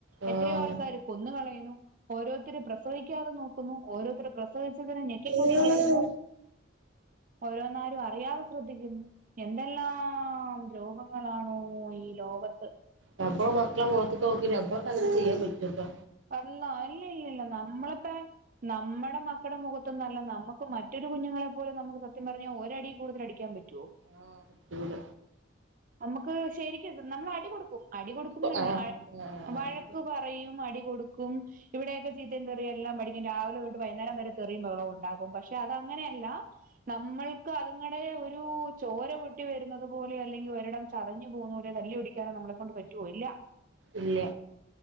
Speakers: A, on the right (about 85°); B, on the right (about 45°).
A: ആഹ്
B: എത്രയോ ആൾക്കാര് കൊന്ന്കളയുന്നു ഓരോര്ത്തര് പ്രസവിക്കാതെ നോക്കുന്നു. ഓരോര്ത്തര് പ്ര ക്ക് വെച്ചക്ക്ണെ ഞെക്കിക്കൊന്ന്
A: ആഹ്
B: കളയുന്ന് ഓരോന്നാരും അറിയാതെ ശ്രദ്ധിക്കുന്നു എന്തെല്ലാം ദ്രോഹം ങ്ങളാണോ ഈ ലോകത്ത്
A: ഞമ്മളെ മക്കളെ മോത്ത്കോക്കി ഞമ്മക്കങ്ങനെ ചെയ്യാ പറ്റോപ്പൊ
B: അാ ഇല്ല ഇല്ല ഇല്ല നമ്മളിപ്പ നമ്മടെ മക്കുടെ മുഖത് ത്തുന്നല്ല നമുക്ക് മറ്റൊരു കുഞ്ഞങ്ങളെ പോലും നമുക്ക് സത്യം പറഞ്ഞാ ഒരടി കൂടുതൽ അടിക്കാൻ പറ്റോ?
A: ആഹ് പറ്റൂല
B: നമുക്ക് ശരിക്കും നമ്മൾ അടി കൊടുക്കും അടി കൊടുക്കുംന്നല്ല
A: ആഹ് ആഹ്
B: വഴക്ക് ക്ക് പറയും അടി കൊടുക്കും ഇവിടെയൊക്കെ ചീത്തയും തെറിയും എല്ലാം പഠിക്കും രാവിലെ തൊട്ട് വൈകുന്നരം വരെ തെറിയും ബഹളോംണ്ടാക്കും പക്ഷെ അതങ്ങനെയല്ല നമ്മൾക്ക് അതുങ്ങടെ ഒരു ചോര പൊട്ടി വരുന്നത് പോലെ അല്ലെങ്കി വെ ഒരിടം ചതഞ്ഞു പോകുന്നവരെ തല്ലി ടിക്കാനോ നമ്മളെ കൊണ്ട് പറ്റുവോ? ഇല്ല
A: ഇല്ല